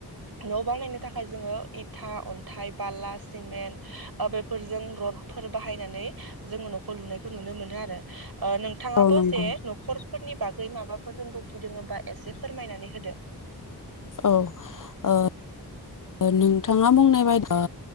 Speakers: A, on the right; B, on the left.
A: न' बानायनो थाखाय जोङो इथा अन्थाइ बाला सिमेन्ट ओ बेफोरजों रडफोर बाहायनानै जोङो न'खौ लुनायखौ नुनो मोनो आरो। ओ नोंथाङाबो
B: औ नंगौ
A: जे न'खर फोरनि बागै माबाफोर रोंगौथि दङ होमबा एसे फोरमायनानै होदो।
B: औ ओ नों नोंथाङा बुंनाय बाय ओ